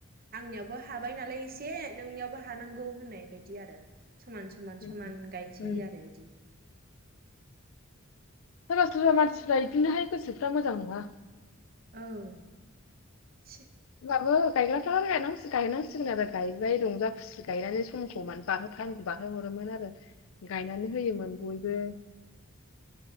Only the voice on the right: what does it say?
आंनियावबो हाबाय नालाय एसे नोंनियावबो हानांगौ होननाय बायदि आरो समान सम समान
समान गायनोसै
आरो इदि।
औ सि।